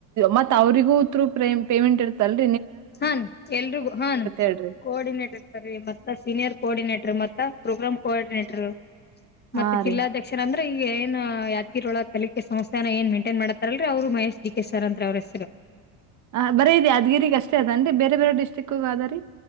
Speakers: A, on the right; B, on the left.
A: ಮತ್ತ ಅವರಿಗೂ ಥ್ರೂ ಸೇಮ್ ಪೇಮೆಂಟ್ ಇರ್ತ ಅಲ್ ರಿ.
B: ಹಾನ್ ಎಲ್ರಿಗೂ ಹಾ
A: ಹೇಳ್ರಿ
B: ಕೋಆರ್ಡಿನೇಟರ್ ಮತ್ತ ಸೀನಿಯರ್ ಕೋಆರ್ಡಿನೇಟರ್ ಮತ್ತ ಪ್ರೋಗ್ರಾಮ್ ಕೋಆರ್ಡಿನೇಟರ್ ಮತ್ತೆ
A: ಹಾ
B: ಜಿಲ್ಲಾಧ್ಯಕ್ಷರ
A: ರೀ
B: ಅಂದ್ರೆ ಏನ್ ಯಾದಗಿರಿ ಒಳಗ ಕಲಿಕೆ ಸಂಸ್ಥಾನ ಏನ್ ಮೇಂಟೈನ್ ಮಾಡತಾರಲ್ರರಿ ಅವ್ರು ಮಹೇಶ್ ಡಿ ಕೆ ಸರ್ ಅಂತ್ರೀ ಅವ್ರ ಹೆಸರು.
A: ಹಾ ಬರೀ ಇದ ಯಾದ್ಗಿರಿಗೆ ಅಷ್ಟೇ ಅದೇನ್ರಿ ಬೇರೆ ಬೇರೆ ಡಿಸ್ಟ್ರಿಕ್ಗ ಅದ ರೀ.